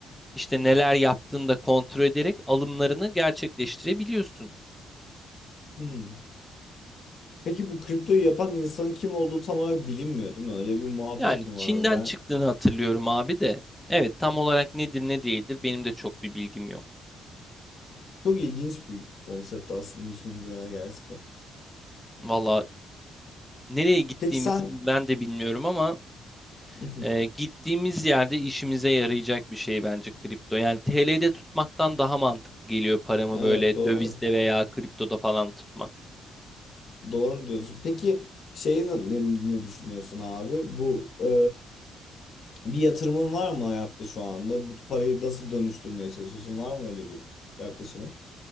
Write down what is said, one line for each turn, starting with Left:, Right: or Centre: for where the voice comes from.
Centre: işte neler yaptığını da kontrol ederek alımlarını gerçekleştirebiliyorsun.
Left: Hmm. Peki bu kriptoyu yapan insanın kim olduğu tam olarak bilinmiyor değil mi? Öyle bir muhabbet
Centre: Yani
Left: mi
Centre: Çin'den
Left: vardı? Ben
Centre: çıktığını hatırlıyorum abi de. Evet tam olarak nedir ne değildir benim de çok bir bilgim yok.
Left: çok ilginç bir konsept aslında düşününce ya gerçekten.
Centre: Valla nereye gittiğimizi
Left: Peki sen
Centre: ben de bilmiyorum ama
Left: <laughs>
Centre: e, gittiğimiz yerde işimize yarayacak bir şey bence kripto. Yani TL'de tutmaktan daha mantıklı geliyor paramı
Left: evet
Centre: böyle
Left: doğru.
Centre: dövizde veya kriptoda falan tutmak.
Left: Doğru diyorsun. Peki şeyi ne, ne düşünüyorsun abi? Bu e, bir yatırımın var mı hayatta şu anda? Bu parayı nasıl dönüştürmeye çalışıyorsun? Var mı öyle bir yaklaşımın?